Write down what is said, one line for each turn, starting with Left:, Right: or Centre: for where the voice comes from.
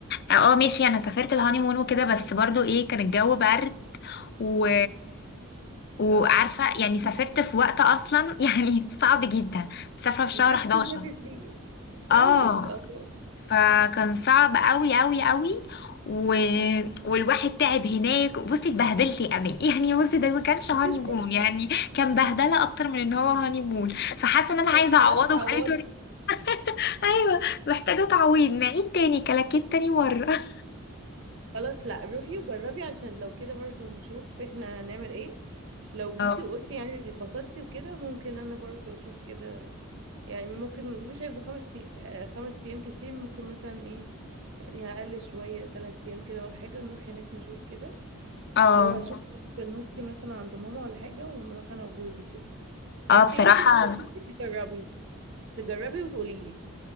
Left: اه ماشي انا سافرت الهانيمون وكده بس برضو ايه كان الجو برد و وعارفه
Right: اه
Left: يعني سافرت في وقت اصلا <laughs> يعني صعب جدا مسافره في شهر
Right: محدش
Left: 11
Right: بيسافر فيه طيب
Left: اه
Right: آه،
Left: فكان صعب قوي قوي قوي و... والواحد تعب هناك بصي اتبهدلت يا امل <laughs> يعني بصي ده ما كانش هاني
Right: <laughs>
Left: مون يعني كان بهدله اكتر من ان هو هاني مون فحاسه ان انا عايزه
Right: طب
Left: اعوضه
Right: خلاص تعوضي
Left: باي طريقه <laughs> ايوه محتاجه تعويض نعيد تاني كلاكيت تاني مره
Right: خلاص لا روحي وجربي عشان لو كده برضو نشوف احنا هنعمل ايه لو جيتي
Left: اه
Right: وقلتي يعني اتبسطتي وكده ممكن انا برضو اشوف كده يعني ممكن مش هيبقوا خمس تي... آه، خمس ايام كتير ممكن مثلا ايه يعني اقل شوية تلات ايام كده ولا حاجة نروح هناك نشوف كده
Left: اه
Right: لو هشوف بنوتي مثلا عند ماما ولا حاجة ونروح انا وجوزي كده
Left: اه
Right: بس
Left: بصراحه
Right: انت الاول تجربي تجربي وتقولي لي